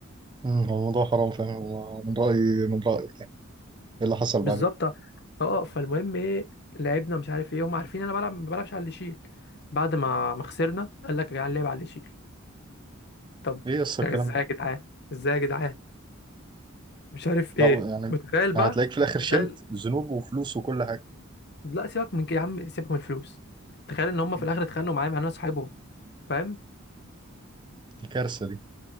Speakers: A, on the right (about 20°); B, on the left (about 50°).
A: أمم، هو الموضوع حرام فعلا هو من رأيي من رأيك يعني إيه اللي حصل بعدين؟
B: بالظبط اه فالمهم ايه لعبنا مش عارف ايه هما عارفين انا بلعب ما بلعبش على اللي يشيل بعد ما ما خسرنا قال لك يا جدعان لعب على اللي يشيل طب
A: ايه يس الكلام
B: ازاي
A: ده
B: يا جدعان ازاي يا جدعان مش عارف
A: لا
B: ايه
A: يعني
B: وتخيل بقى
A: هتلاقيك في الاخر
B: تخيل
A: شلت ذنوب وفلوس وكل حاجه
B: لا سيبك من كده يا عم سيبك من الفلوس تخيل ان هما
A: مم.
B: في الاخر اتخانقوا معايا مع ان انا صاحبهم فاهم
A: دي كارثه دي